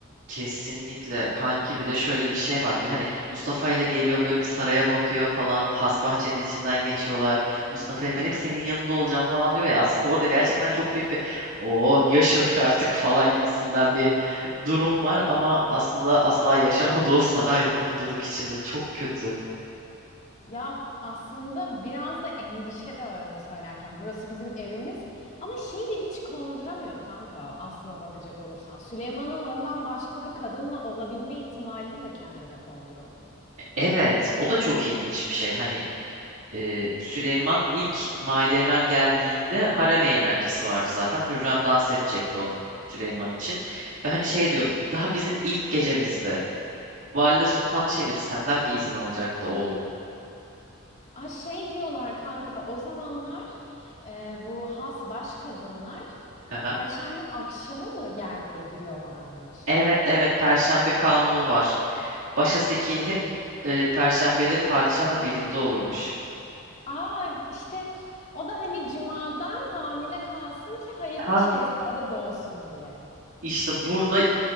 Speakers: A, on the right (about 70°); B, on the left (about 35°).
A: Kesinlikle kanki bir de şöyle bir şey var diyor. Hani Mustafa ile geliyor böyle bir saraya bakıyor falan. Hasbahçe'nin içinden geçiyorlar. Mustafa'ya ben hep senin yanında olacağım falan diyor ya. Aslında orada gerçekten çok büyük bir oh yaşadık artık falan gibisinden bir durum var. Ama aslında asla yaşamadı o saraydı mutluluk içinde. Çok kötü.
B: Ya aslında biraz da endişe de var onu söylerken. Burası bizim evimiz ama şeyi de hiç konduramıyor kanka aslına bakacak olursan. Süleyman'ın ondan başka bir kadınla olabilme ihtimalini de kendine konduramıyor.
A: Evet, o da çok ilginç bir şey. Hani e, Süleyman ilk Mahidevran geldiğinde harem eğlencesi vardı zaten. Hürrem dans edecekti on Süleyman için. Ve hani şey diyordu daha bizim ilk gecemizde. Valide Sultan da şey diyordu senden mi izin alacaktı oğlum?
B: Ay şey diyorlar kanka o zamanlar e, bu has baş kadınlar
A: Haha.
B: Perşembe akşamı mı gerdeğe giriyorlarmış?
A: Evet evet Perşembe kanunu var. Başaseki hep e, Perşembeleri padişahla birlikte olurmuş.
B: Aa işte o da hani cumadan hamile kalsın ki hayırlı
A: Ha
B: bir şehzade doğsun diye.
A: işte burada